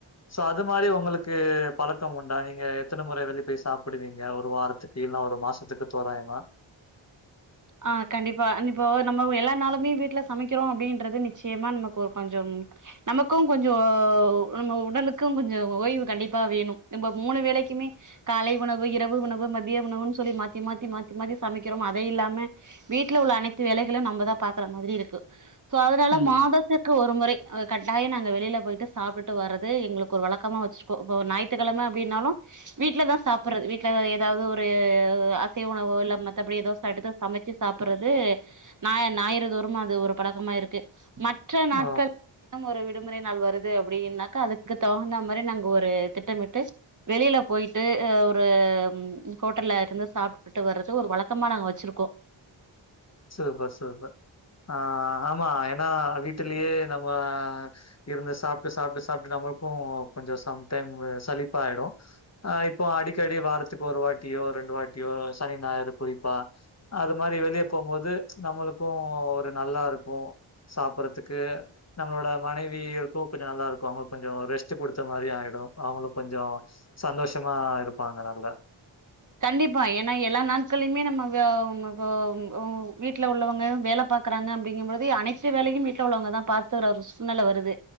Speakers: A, on the left (about 35°); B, on the right (about 40°).
A: சோ அது மாரி உங்களுக்கு பழக்கோ உண்டா நீங்க எத்தன முற வெளியப் போய் சாப்பிடுவீங்க ஒரு வாரத்துக் தீன்னா ஒரு மாசத்துக்கு தோராயமா
B: அ கண்டிப்பா இப்போ நம்ம எல்லா நாளுமே வீட்ல சமைக்கிறோ அப்டின்றது நிச்சயமா நமக்கு ஒரு கொஞ்சம் நமக்கோ கொஞ்சோ நம்ம உடலுக்கு கொஞ்சோ ஓய்வு கண்டிப்பா வேனு நம்ம மூணு வேலைக்குமே காலை உணவு இரவு உணவு மதிய உணவுன்னு சொல்லி மாத்தி மாத்தி மாத்தி மாத்தி சமைக்கிறோமா அதே இல்லாம வீட்ல உள்ள அனைத்து வேலைகளு நம்மதா பாக்குற மாரி இருக்கு சோ அதனால
A: ம்.
B: மாத திர்க்கு ஒரு முறை கட்டாயோ நாங்க வெளியில போயிட்டு சாப்புட்டு வரது எங்களுக்கு ஒரு வழக்கமா வச்சுருக் கோ ஒரு ஞாயித்துக்கிழம அப்டின்னாலோ வீட்லதா சாப்புறது வீட்ல ஏதாவுது ஒரு அசைவ உணவோ இல்ல மத்தபடி ஏதோ சாட்டு தா சமச்சு சாப்புறது ஞா ஞாயிறு தோறு அது ஒரு பழக்கமா இருக்கு மற்ற நாட்கள்
A: ஓ!
B: இன்னும் ஒரு விடுமுறை நாள் வருது அப்டின்னாக்கா அதுக்கு தகுந்த மாரி நாங்க ஒரு திட்டமிட்டு வெளியில போயிட்டு ஒரு ஹோட்டல்ல இருந்து சாப் ட்டு வர்றது ஒரு வழக்கமா நாங்க வச்சிருக்கோ
A: சூப்பர் சூப்பர் ஆ ஆமா ஏன்னா வீட்டுலயே நம்ம இருந்து சாப்ட்டு சாப்ட்டு சாப்ட்டு நம்மளுக்கு கொஞ்சோ சம்டைம் சளிப்பாயிடு ஆ இப்போ அடிக்கடி வாரத்துக்கு ஒரு வாட்டியோ ரெண்டு வாட்டியோ சனி ஞாயரு குறிப்பா அது மாரி வெளியே போம்போது நம்மளுக்கு ஒரு நல்லா இருக்கு சாப்ட்றதுக்கு நம்மளோட மனைவி இருக்கு கொஞ்சோ நல்லா இருக்கு அவுங்களுக்கு கொஞ்சோ ரெஸ்ட் குடுத்த மாரி ஆயிடு அவுங்களு கொஞ்சோ சந்தோஷமா இருப்பாங்க நல்ல
B: கண்டிப்பா ஏனா எல்லா நாட்களயுமே நம்ம வே வ ஓ வீட்ல உள்ளவுங்க வேல பாக் குறாங்க அப்டிங்கு பொழுது அனைத்து வேலையு வீட்ல உள்ளவுங்கதா பாத்துற ஒரு சூழ்நெல வருது